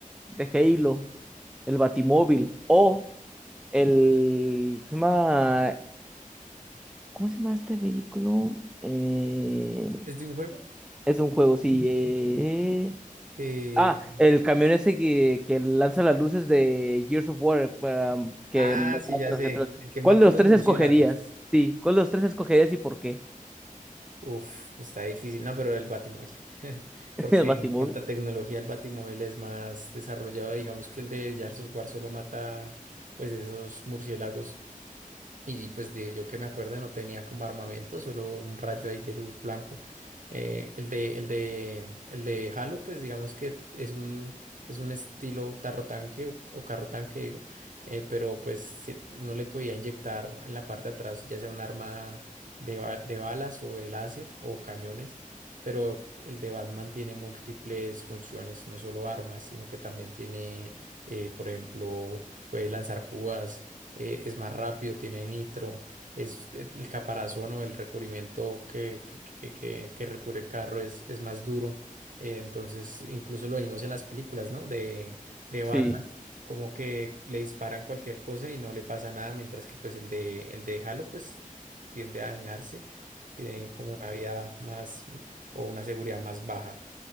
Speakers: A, in the centre; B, on the right.
A: de Halo, el Batimóvil o el, ¿cómo se llama? ¿Cómo se llama este vehículo? Eh,
B: ¿Es de un juego?
A: es un juego, sí. eh,
B: Eh,
A: Ah, el camión ese que, que lanza las luces de Gears of War para que
B: Ah,
A: mataba
B: sí, ya
A: a
B: sé.
A: los otros.
B: El que mata
A: ¿Cuál de los
B: a los
A: tres
B: murciélagos.
A: escogerías? Sí, ¿cuál de los tres escogerías y por qué?
B: Uf, está difícil. No, pero el Batimóvil. <laughs> Porque
A: <laughs> El Batimóvil.
B: en cuanto a tecnología, el Batimóvil es más desarrollado. Digamos que el de Gears of War solo mata, pues, esos murciélagos. Y pues de, yo que me acuerdo no tenía como armamento, solo un rayo ahí de luz blanco. Eh, el de, el de, el de Halo, pues digamos que es un, es un estilo tarro tanque o, o carro tanque, digo. eh, pero pues sí, uno le podía inyectar en la parte de atrás, ya sea un arma de, ba- de balas o de láser o cañones. Pero el de Batman tiene múltiples funciones, no solo armas, sino que también tiene, eh, por ejemplo, puede lanzar púas eh, es más rápido, tiene nitro, es el caparazón o el recubrimiento que, que, que- que- que recubre el carro es, es más duro. eh, entonces, incluso lo vimos en las películas, ¿no? De, de
A: Sí.
B: Batman, como que le disparan cualquier cosa y no le pasa nada, mientras que pues el de, el de Halo pues tiende a dañarse, tiene como una vida más o una seguridad más baja.